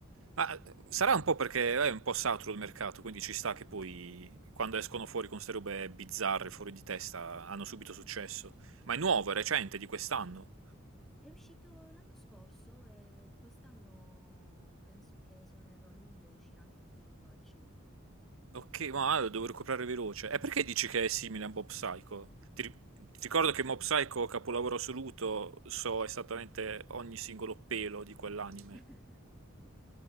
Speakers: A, on the right; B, in the centre.
A: Ma eh, sarà un po' perché eh, è un po' saturo il mercato, quindi ci sta che poi quando escono fuori con queste robe bizzarre, fuori di testa, hanno subito successo. Ma è nuovo, è recente,
B: Cioè,
A: di quest'anno.
B: è uscito l'anno scorso e quest'anno penso che, se non erro, a luglio uscirà anche il film al cinema.
A: Ok, ma lo devo recuperare veloce. E perché dici che è simile a Mob Psycho? Ti, ri- ti ricordo che Mob Psycho, capolavoro assoluto, so esattamente ogni singolo pelo di quell'anime.
B: <laughs>